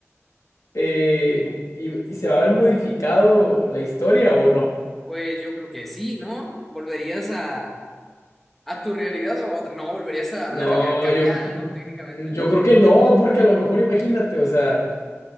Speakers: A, on the left (about 80°); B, in the centre.
A: eh, y, y se va a haber modificado la historia o no.
B: Pues yo creo que sí, ¿no? Volverías a a tu realidad o a otra. No, volverías a,
A: No,
B: a la realidad cambiada,
A: yo,
B: ¿no? Técnicamente,
A: yo creo que no, porque a lo mejor imagínate, o sea,